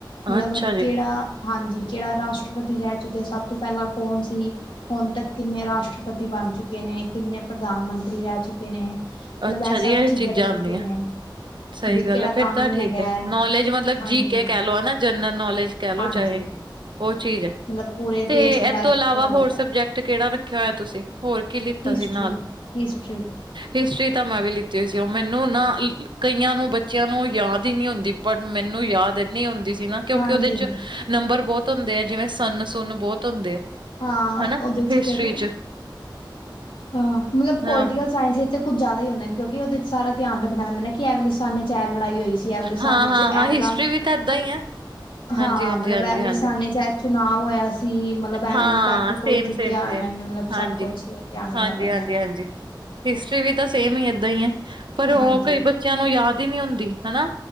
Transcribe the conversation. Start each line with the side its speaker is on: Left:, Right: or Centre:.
Left: ਮਤਲਬ
Right: ਅੱਛਾ
Left: ਕਿਹੜਾ
Right: ਜੀ
Left: ਹਾਂਜੀ ਕਿਹੜਾ ਰਾਸ਼ਟਰਪਤੀ ਰੈ ਚੁੱਕਿਆ ਸਭ ਤੋਂ ਪੈਲਾਂ ਕੌਣ ਸੀ ਹੁਣ ਤੱਕ ਕਿੰਨੇ ਰਾਸ਼ਟਰਪਤੀ ਬਣ ਚੁੱਕੇ ਨੇ ਕਿੰਨੇ ਪ੍ਰਧਾਨ ਮੰਤਰੀ ਰਹਿ ਚੁੱਕੇ ਨੇ
Right: ਅੱਛਾ
Left: ਮਤਲਬ
Right: ਜੀ
Left: ਸਭ
Right: ਇਹ ਚੀਜ਼ਾਂ
Left: ਦੱਸਦੀਆਂ
Right: ਆਂਦੀਆਂ
Left: ਨੇ
Right: ਸਹੀ
Left: ਵੀ
Right: ਗੱਲ
Left: ਕਿਹੜਾ
Right: ਫੇਰ
Left: ਕਾਨੂੰਨ
Right: ਤਾਂ ਠੀਕ
Left: ਹੈਗਾ
Right: ਠੀਕ ਹੈ ਨੌਲੇਜ ਮਤਲਬ
Left: ਹਾਂਜੀ,
Right: ਜੀ ਕੇ ਕਹਿ ਲੋ ਹਨਾ ਜਨਰਲ ਨੌਲੇਜ ਕਹਿ ਲੋ
Left: ਹਾਂਜੀ
Right: ਚਾਹੇ ਉਹ ਚੀਜ਼ ਹੈ
Left: ਮਤਲਬ ਪੂਰੇ
Right: ਤੇ
Left: ਦੇਸ਼
Right: ਇਹ
Left: ਦੇ ਬਾਰੇ
Right: ਤੋਂ ਇਲਾਵਾ
Left: ਪਤਾ ਲੱਗਦਾ
Right: ਹੋਰ ਸਬਜੈਕਟ ਕਿਹੜਾ ਰੱਖਿਆ ਹੋਇਆ ਤੁਸੀਂ ਹੋਰ ਕੀ ਲਿੱਤਾ
Left: ਹਿਸਟਰੀ,
Right: ਸੀ ਨਾਲ
Left: ਹਿਸਟਰੀ
Right: ਹਿਸਟਰੀ ਤਾਂ ਮੈਂ ਵੀ ਲਿੱਤੀ ਹੋਈ ਸੀ ਉਹ ਮੈਨੂੰ ਨਾ ਕਈਆਂ ਨੂੰ ਬੱਚਿਆਂ ਨੂੰ ਯਾਦ ਹੀ ਨਹੀਂ ਹੁੰਦੀ ਬਟ ਮੈਨੂੰ ਯਾਦ ਏ। ਨਹੀਂ ਹੁੰਦੀ ਸੀ ਨਾ ਕਿਉਂਕਿ
Left: ਹਾਂਜੀ
Right: ਉਹਦੇ ਚ ਨੰਬਰ ਬਹੁਤ ਹੁੰਦੇ ਆ ਜਿਵੇਂ ਸੰਨ ਸੁਨ ਬੋਤ ਹੁੰਦੇ ਆ।
Left: ਹਾਂ
Right: ਹਨਾ
Left: ਉਹਦੇ ਚ
Right: ਹਿਸਟਰੀ
Left: ਫਿਰ
Right: ਚ
Left: ਹਾਂ ਮਤਲਬ
Right: ਹਾਂ
Left: ਪੋਲੀਟੀਕਲ ਸਾਇੰਸ ਵਿੱਚ। ਤੇ ਕੁੱਝ ਜਿਆਦਾ ਹੀ ਹੁੰਦੇ ਨੇ ਕਿਉਂਕਿ ਉਹਦੇ ਸਾਰਾ ਧਿਆਨ ਰੱਖਣਾ ਪੈਂਦਾ ਨੇ ਕਿ ਐ ਵਾਲੇ ਸੰਨ ਵਿੱਚ ਐ ਲੜਾਈ ਹੋਈ ਸੀ। ਕਿ ਐ ਵਾਲੇ
Right: ਹਾਂ
Left: ਸੰਨ
Right: ਹਾਂ
Left: ਚ ਐ
Right: ਹਾਂ ਹਿਸਟਰੀ
Left: ਵਲਾ
Right: ਵੀ ਤਾਂ ਏਦਾਂ ਹੀ ਹੈ ਹਾਂਜੀ
Left: ਹਾਂ
Right: ਹਾਂਜੀ
Left: ਮਤਲਬ
Right: ਹਾਂਜੀ
Left: ਐ ਵਾਲੇ
Right: ਹਾਂਜੀ
Left: ਸੰਨ ਚ ਚੁਨਾਵ ਹੋਇਆ ਸੀ। ਐਵੇ‍‍,
Right: ਹਾਂ
Left: ਐਵੇਂ ਕਰਕੇ
Right: ਸੇਮ
Left: ਕੋਈ ਜਿੱਤਿਆ
Right: ਸੇਮ ਸੇਮ
Left: ਐਵੇ, ਐਵੇਂ ਮਤਲਬ
Right: ਹਾਂਜੀ
Left: ਸਭ ਕੁੱਛ ਧਿਆਨ ਰੱਖਣਾ
Right: ਹਾਂਜੀ
Left: ਪੈਂਦਾ।
Right: ਹਾਂਜੀ ਹਾਂਜੀ ਹਿਸਟਰੀ ਵੀ ਤਾਂ ਸੇਮ ਹੀ ਏਦਾਂ ਹੀ ਹੈ ਪਰ ਉਹ
Left: ਹਾਂਜੀ,
Right: ਕਈ ਬੱਚਿਆਂ ਨੂੰ ਯਾਦ ਹੀ ਨਹੀਂ ਹੁੰਦੀ ਹਨਾ।